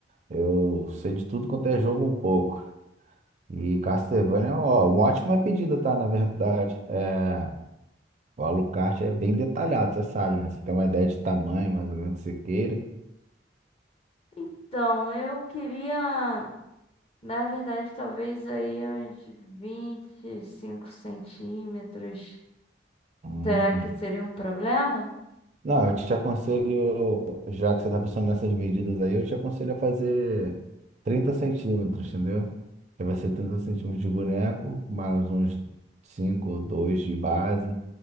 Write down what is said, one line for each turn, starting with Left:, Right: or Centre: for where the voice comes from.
Right: eu sei de tudo quanto é jogo um pouco. E Castlevania, é ó, uma ótima pedida, tá? Na verdade, é, o Alucard é bem detalhado, você sabe, né? Você tem uma ideia de tamanho, mais ou menos, que você queira.
Left: então, eu queria... Na verdade, talvez aí uns 25 centímetros.
Right: Hum.
Left: Será que seria um problema?
Right: Não, eu te aconselho, já que você tá pensando nessas medidas aí, eu te aconselho a fazer 30 centímetros, entendeu? Que vai ser 30 centímetros de boneco, mais uns 5 ou 2 de base.